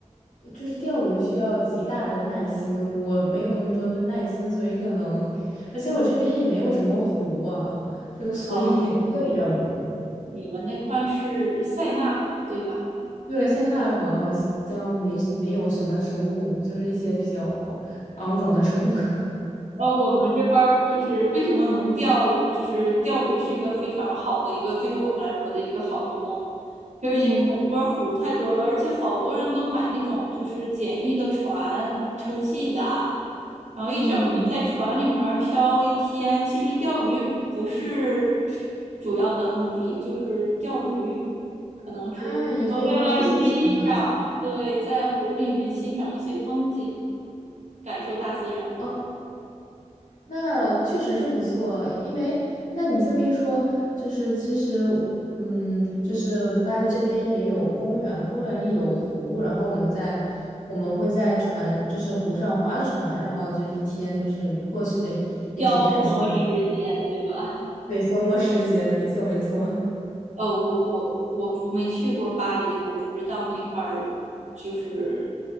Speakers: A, on the left; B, on the right.
A: 就是钓鱼需要极大的耐心，我没有那么多的耐心，所以可能，而且我这边也没有什么湖啊，就所以
B: <laughs> 哦，
A: <laughs> 也钓不了鱼。
B: 对，你们那块儿是塞纳河对吧？
A: 对，塞纳河好像没没有什么生物，就是一些比较肮脏的生物可能。
B: 呃，我们这块儿就是为什么能钓，就是钓鱼是一个非常好的一个对于我们来说的一个好运动，就是因为我们这儿湖太多了，
A: 嗯
B: 而且好多人都买那种就是简易的船，充气的，然后一整天在船里面儿漂一天。
A: 嗯
B: 其实钓鱼不是主要的目的，就是钓鱼可能是呃为了欣赏，
A: 啊，也可以放松心情这样子。
B: 对，在湖里面欣赏一些风景，感受大自然。
A: 哦，那确实是不错，因为那你这么一说，就是其实嗯，就是巴黎这边也有公园，公园里有湖，然后我们在我们会在船，就是湖上划船，然后就是一天就是过去的也挺开心的。
B: 消磨时间，对吧？
A: 对，消磨时间，没错没错。
B: 哦，我我我没去过巴黎，我不知道那块儿就是